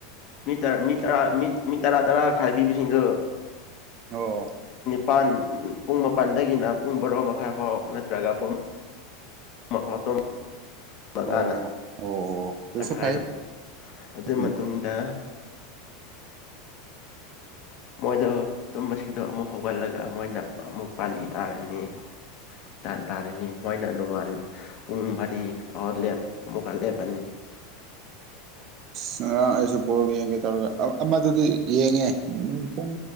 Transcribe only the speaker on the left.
ꯃꯤ ꯃꯤ ꯇꯔꯥ ꯃꯤ ꯃꯤ ꯇꯔꯥ ꯇꯔꯥ ꯈꯥꯏꯕꯤꯕꯁꯤꯡꯗꯣ
ꯄꯥꯟ ꯄꯨꯡ ꯃꯄꯥꯟꯗꯒꯤꯅ ꯄꯨꯡ ꯕꯣꯔꯣ ꯃꯈꯥꯏ ꯐꯥꯎ ꯅꯠꯇ꯭ꯔꯒ ꯄꯨꯡ ꯑꯃꯥꯐꯧ ꯇꯝ ꯃꯉꯥꯅ
ꯇꯪꯈꯥꯏꯗ
ꯑꯗꯨ
ꯃꯇꯨꯡꯗ ꯃꯣꯏꯗꯣ ꯇꯨꯝꯕꯁꯤꯡꯗꯣ ꯑꯃꯨꯛ ꯍꯧꯒꯠꯂꯒ ꯃꯣꯏꯅ ꯑꯃꯨꯛ ꯄꯥꯜꯂꯤ ꯇꯥꯔꯅꯤ ꯇꯥꯟ ꯇꯥꯔꯅꯤ ꯃꯣꯏꯅ ꯅꯨꯡꯉꯟ ꯄꯨꯡ ꯃꯔꯤ ꯐꯥꯎ ꯂꯦꯞ ꯑꯃꯨꯛꯀ ꯂꯦꯞꯄꯅꯤ